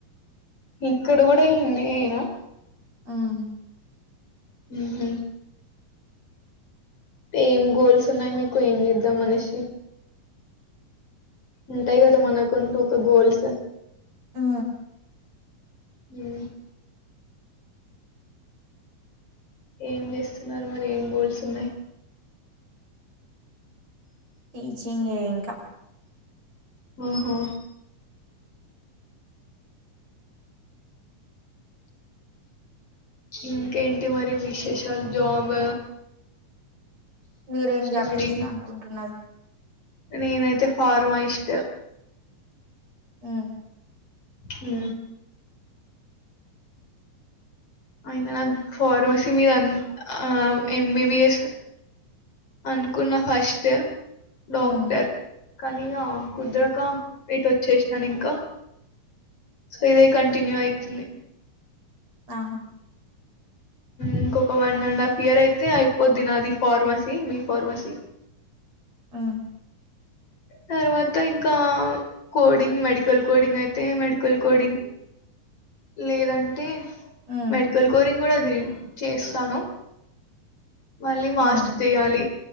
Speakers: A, on the left; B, on the right.
A: ఇక్కడ కూడా హిందీ అయినా
B: హ్మ్
A: ఆహ ఏం గోల్స్ ఉన్నాయి మీకు ఏం చేద్దాం మనిషి ఉంటాయి కదా మనకంటూ ఒక గోల్స్
B: ఆ
A: హ్మ ఏం చేస్తున్నారు మరి ఏం గోల్స్ ఉన్నాయి
B: టీచింగ్ ఏ ఇంకా
A: ఆహా ఇంకేంటి మరి విశేషాలు జాబ్
B: మీరేం
A: స్టడీ?
B: జాబ్ చేస్తా అనుకుంటున్నారు
A: నేనైతే ఫార్మాస్ట్
B: హ్మ
A: హ్మ అయినా నాకు ఫార్మసీ మీద ఆ ఎంబిబిఎస్ అనుకున్నా ఫస్ట్ డాక్టర్
B: ఉమ్,
A: కానీ కుదరక ఇటు వచ్చేసినాను ఇంకా సో ఇదే కంటిన్యూ అయితుంది
B: ఆహా
A: ఇంకొక వన్ అండ్ హాఫ్ ఇయర్ అయితే అయిపోద్ది నాది ఫార్మసీ బి ఫార్మసీ
B: ఆ
A: తర్వాత ఇంకా కోడింగ్ మెడికల్ కోడింగ్ అయితే మెడికల్ కోడింగ్ లేదంటే
B: ఉమ్,
A: మెడికల్ కోరింగ్ కూడాది చేస్తాను మళ్ళీ మాస్ట్
B: ఉమ్,
A: చేయాలి